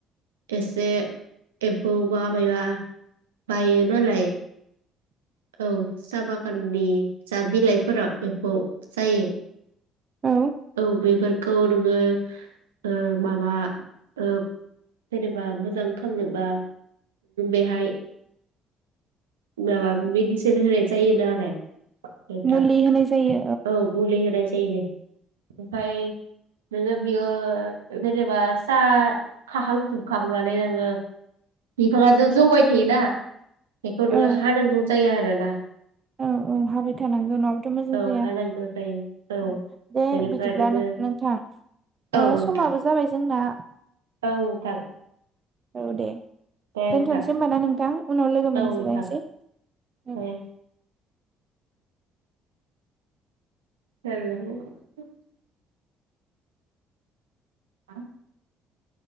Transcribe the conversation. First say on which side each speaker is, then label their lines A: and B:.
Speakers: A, on the right; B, on the right.
A: एसे एबौबाब बाया बायो नालाय औ साहा बागान नि जा बिलाइफोराव एम्फौ जायो।
B: औ
A: औ बेफोरखौ नोङो ओ माबा ओ जेनेबा मोजां खालामनोबा बेहाय माबा मेडिसिन होनाय जायोनो आरो नोंथां
B: मुलि होनाय जायो।
A: औ गुलि होनाय जायो नो ओमफाय नोङो बियो जेनेबा साहा खाखांजोबखांनानै नोङो बिफाङाथ' जौबाय थायोना? बेखौ नोङो
B: औ
A: हानांगौ जायो आरो <unintelligible>
B: औ औ हाबाय थानांगौ नाङाबाथ' मोजां
A: औ हानांगौ जायो औ
B: <unintelligible> दे
A: बेनिफ्राय
B: बिदिब्ला
A: नोङो
B: नो नोंथां ओ
A: औ नोंथां
B: समाबो जाबाय जोंना
A: औ नोंथां
B: औ दे
A: दे
B: दोनथ'नोसै
A: नोंथां
B: होमबा ना नोंथां उनाव लोगो
A: औ
B: मोनज्लायसै
A: नोंथां दे
B: ओं
A: <unintelligible> हा